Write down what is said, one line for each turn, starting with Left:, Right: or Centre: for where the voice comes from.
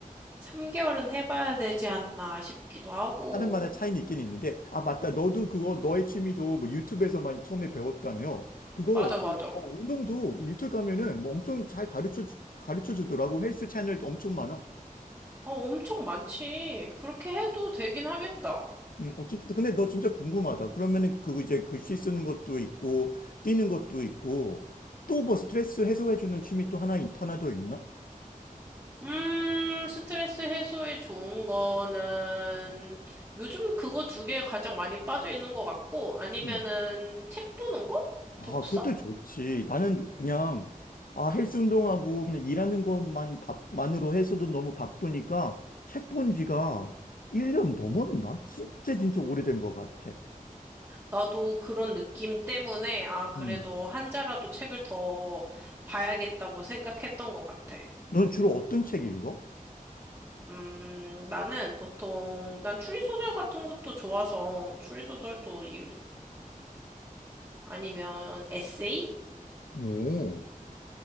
Right: 3개월은 해봐야 되지 않나 싶기도 하고.
Left: 사람마다 차이는 있긴 있는데 아 맞다 너도 그거 너의 취미도 뭐 유튜브에서만 처음에 배웠다며 그거
Right: 맞아,
Left: 그,
Right: 맞아.
Left: 뭐 운동도 유튜브 가면은 뭐 엄청 잘 가르쳐 주- 가르쳐 주더라고 헬스 채널도 엄청 많아.
Right: 어, 엄청 많지. 그렇게 해도 되긴 하겠다.
Left: 음, 어쨌든 근데 너 진짜 궁금하다. 그러면은 그거 이제 글씨 쓰는 것도 있고 뛰는 것도 있고 또 뭐 스트레스 해소해 주는 취미 또 하나 있- 하나 더 있나?
Right: 음, 스트레스 해소에 좋은 거는 요즘 그거 두 개 가장 많이 빠져 있는 것 같고 아니면은
Left: 음.
Right: 책 보는 거?
Left: 아,
Right: 독서?
Left: 그것도 좋지. 나는 그냥 아, 헬스 운동하고 그냥 일하는 것만 밥만으로 해서도 너무 바쁘니까 책 본 지가 1년 넘었나? 진짜 진짜 오래된 것 같아.
Right: 나도 그런 느낌 때문에 아, 그래도
Left: 음.
Right: 한 자라도 책을 더 봐야겠다고 생각했던 것 같아.
Left: 넌 주로 어떤 책 읽어?
Right: 음, 나는 보통 난 추리소설 같은 것도 좋아서 추리소설도 읽고 아니면 에세이?
Left: 오.